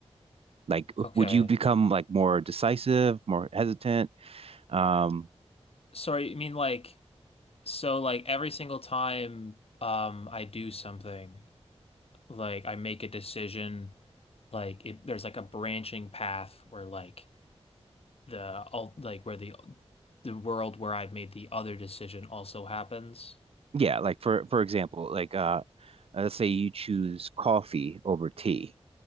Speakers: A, on the right (about 60°); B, on the left (about 60°).
A: Like, w-
B: Okay.
A: would you become like more decisive, more hesitant? Um,
B: Sorry, you mean like so like every single time um I do something, like I make a decision, like it, there's like a branching path where like the all like where the the world where I've made the other decision also happens.
A: yeah, like for for example, like uh, let's say you choose coffee over tea.